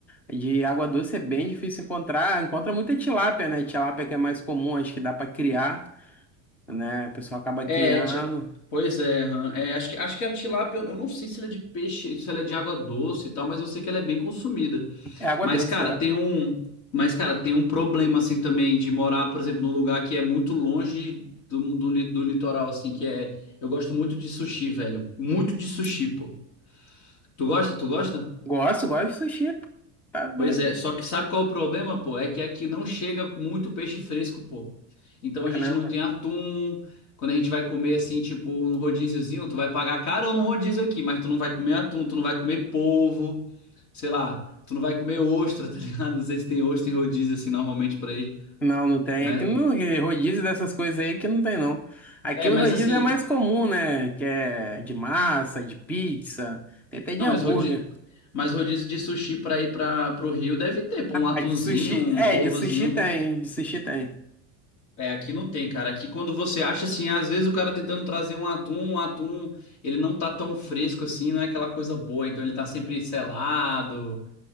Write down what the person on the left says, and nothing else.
É,
ti- pois é, aham. é, acho que, acho que a tilápia, eu eu não sei se ela é de peixe, se ela é de água doce e tal, mas eu sei que ela é bem consumida.
Mas,
cara,
tem um, mas, cara, tem um problema assim também de morar, por exemplo, num lugar que é muito longe do, do, li- do litoral, assim, que é. Eu gosto muito de sushi, velho. Muito de sushi, pô. Tu gosta? Tu gosta?
Pois é, só que sabe qual é o problema, pô? É que aqui não chega muito peixe fresco, pô. Então
a gente não tem atum. Quando a gente vai comer assim, tipo, num rodíziozinho, tu vai pagar carão no rodízio aqui, mas tu não vai comer atum, tu não vai comer polvo, sei lá, tu não vai comer ostra, <laughs> tá ligado? Não sei se tem ostra em rodízio assim normalmente pra ir.
Mas
é, mas
assim,
não,
mas rodízio, mas rodízio de sushi pra ir para pro Rio deve ter, pô,
um atunzinho,
um
polvozinho.
É, aqui não tem, cara. Aqui quando você acha assim, às vezes o cara tentando trazer um atum, um atum, ele não tá tão fresco assim, não é aquela coisa boa, então ele tá sempre selado.